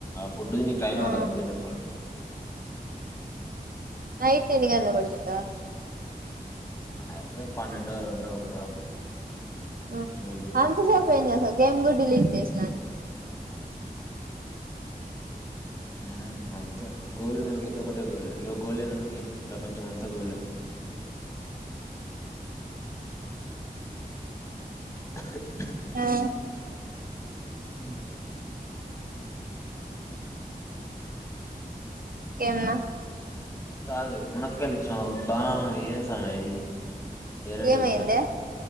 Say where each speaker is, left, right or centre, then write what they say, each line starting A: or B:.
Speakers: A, on the left (about 20°); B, on the right (about 65°).
A: ఫుడ్ తినేకి టైమే
B: ఆ
A: ఉండదు నిజం చెప్పాలంటే
B: నైట్ ఎన్ని గంటలకి పడుకుంటావ్
A: అయితది పన్నెండో రెండో ఒకటో
B: ఆహా
A: మూడు
B: అంతసేపు
A: నాటి
B: ఎంచేసారూ గేమ్ కూడా డిలీట్ చేస్నారు
A: ఉం అంతే గోల్ ననకైతే ఒకటే గోలే లో గోళ నేనలకి ప్రపంచం అంతా గోలే <inaudible>
B: ఆ <inaudible>
A: ఊ
B: ఇంకెమన
A: కాదు మునక్కలిచ్చం బా ఏం సామి వెరైటీ
B: ఏమైందే
A: గుండాయి